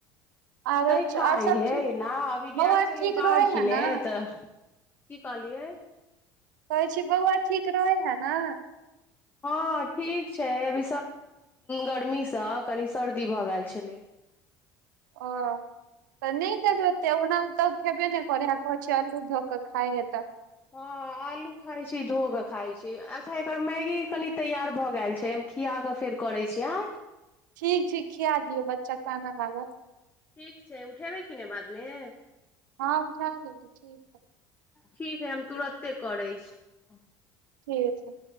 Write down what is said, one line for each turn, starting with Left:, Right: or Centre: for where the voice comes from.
Right: आरो
Left: नहि खाइ
Right: आओर सब
Left: हेना
Right: ठीक
Left: अभी
Right: बौआ
Left: गेल छलै
Right: ठीक
Left: बाहर
Right: रहै
Left: किने
Right: है ने
Left: तऽ की कहली
Right: कहैत छी बौआ ठीक रहय हइ ने
Left: हँ ठीक छै अभी गर्मीसँ कनि सर्दी भऽ गेल छलैक
Right: ओ तऽ नहि त ओना तऽ खेबे नहि करैत अछि कहैत छैक अल्लू धऽ कऽ खाईले तऽ
Left: हँ आलू खाईत छी धो कऽ खाईत छी अच्छा एकर मैगी कनि तैयार भऽ गेल छैक हम खिया कऽ फेर करैत छी आँय
Right: ठीक ठीक खिया दियऔ बच्चा कानअ लागत
Left: ठीक छै उठेबै कि नहि बादमे
Right: हँ उठा लेबै ठीक है
Left: ठीक है हम तुरते करैत छी
Right: ठीक छैक